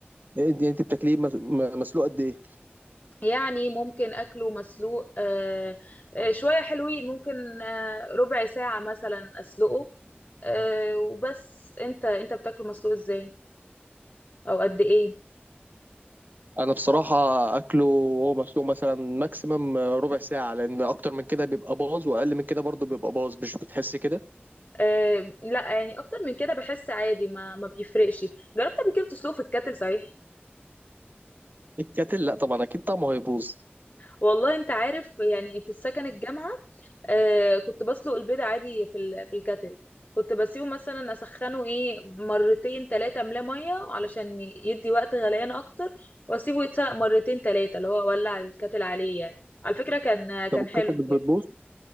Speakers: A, on the right; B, on the left.
A: انت انت بتاكليه مس- م- مسلوق قد ايه
B: يعني ممكن اكله مسلوق آه، آه، شوية حلوين ممكن آه، ربع ساعة مثلا اسلقه آه، وبس انت انت بتاكله مسلوق ازاي او قد ايه
A: انا بصراحه اكله وهو مسلوق مثلا ماكسيمم ربع ساعه لان اكتر من كده بيبقى باظ واقل من كده برضو بيبقى باظ مش بتحس كده
B: آه، لا يعني اكتر من كده بحس عادي ما ما بيفرقش جربت قبل كده تسلقه في الكاتل صحيح
A: الكاتل لا طبعا اكيد طعمه هيبوظ
B: والله انت عارف يعني في السكن الجامعة آه كنت بسلق البيض عادي في ال... في الكتل كنت بسيبه مثلا اسخنه ايه مرتين تلاتة املاه ميه علشان يدي وقت غليان اكتر واسيبه يتسلق مرتين تلاتة اللي هو اولع الكتل عليه يعني على فكرة كان كان
A: طب الكاتل
B: حلو
A: مش بتبوظ
B: بجد